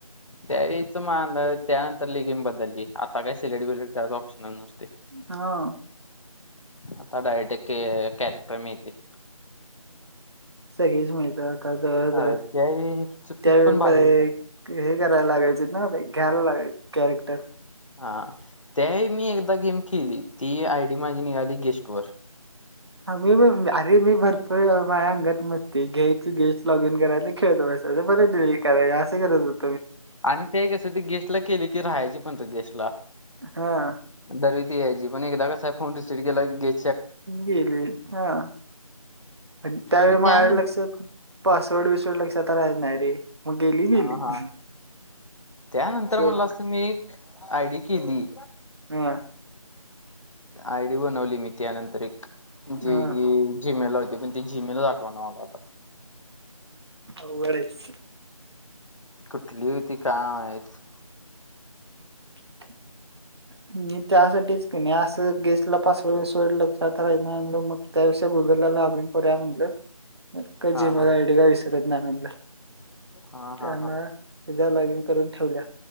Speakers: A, on the left; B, on the right.
A: त्यावेळी त माग त्यानंतर लय गेम बदलली, आ आता काय सिलेक्ट बिलेक्ट करायचा ऑप्शनच नसतोय.
B: हो.
A: आता डायरेक्ट के कॅरॅक्टर मिळतंय.
B: सगळीच मिळतय आता जवळ
A: होय
B: जवळ,
A: त्यावेळी ह्याचं
B: त्यावेळी
A: पीक पण भारी
B: पर्याय
A: होतं
B: य हे करायला लागायचीत ना, ते घ्यायला लागायचं कॅरेक्टर.
A: हा, त्यावेळी मी एकदा गेम खेळली, ती आयडी माझी निघाली गेस्ट वर
B: हा, मी पण, अरे मी भरपूर वेळ माझ्या अंगात मस्तीय, घ्यायची गेस्ट लॉग इन करायच खेळत बसायचं बरेच दिवस हे करायच, असं करत हुतो
A: आणि ते कसं ते गेस्टला केलं की राहायची पण ते गेस्टला.
B: हा.
A: दर वेळी ती यायची, पण एकदा कसं फोन रिसेट केला की घ्या
B: गेली, हां. पण त्यावेळी
A: आणि
B: माझ्या
A: त्यानंतर
B: लक्षात, पासवर्ड विसवर्ड लक्षात राहायचा नाही रे. मग गेली
A: हा
B: गेली
A: हा,
B: अस
A: त्यानंतर
B: होत
A: म्हणलास तर मी, आयडी केली
B: हम्म.
A: आयडी बनवली मी त्यानंतर एक, जी
B: हा
A: की जि मेल ला होती, पण ते जि मेलच आठवना मला आता.
B: अवघड आहेस.
A: कुठली हुती काय माहीत?
B: <inaudible> मी त्यासाठीच कने असं गेस्ट ला पासवर्ड बिस्वर्ड लक्षात राहीत नाही म्हणुन मग त्यापेक्षा गुगलला लॉग इन करूया म्हटलं. मग काय जीमेल
A: हा हा
B: आयडी काय विसरत नाही म्हणलं,
A: हा
B: त्यामुळं
A: हा हा
B: एकदा लॉग इन करून ठेवल्या,